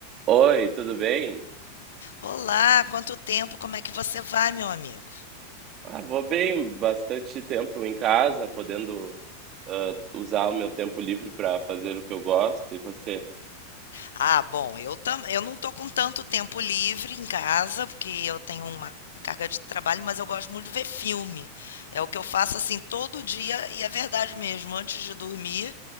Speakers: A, on the right; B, on the left.
A: Oi, tudo bem?
B: Olá, quanto tempo? Como é que você vai, meu amigo?
A: Ah, vou bem, bastante tempo em casa, podendo ah, usar o meu tempo livre para fazer o que eu gosto. E você?
B: Ah, bom, eu tam, eu não tô com tanto tempo livre em casa, porque eu tenho uma carga de trabalho, mas eu gosto muito de ver filme. É o que eu faço assim todo dia e é verdade mesmo, antes de dormir,